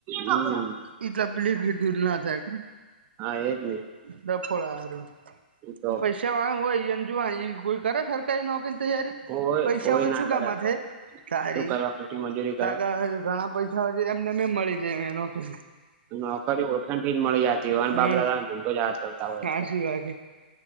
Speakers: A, on the right; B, on the right.
A: હમ.
B: ઈ તપલીખે દૂર ના થાય
A: હા એજ ને
B: ડફોડા હાહરું.
A: તો
B: પૈસા વાળાન હોય ઈયોન જોવા એ કોઈ કર સરકારી નોકરીન તૈયારી.
A: કોઈ
B: પૈસા
A: કોઈ
B: ઓછુ
A: ના કરે
B: કમાંથે
A: કોઈ
B: તાહરી
A: શું કરવા ખોટી મજૂરી કરે
B: કાક હવ ઘણા પૈસ હવે તો એમને મે મળી જાય નોકરી.
A: નોકરી ઓળખાણથી જ મળી જતી હોયન
B: હમ
A: બાપ દાદાન ધંધો જ હાથ કરતા હોય
B: સાચી
A: એટલે બધા.
B: વાત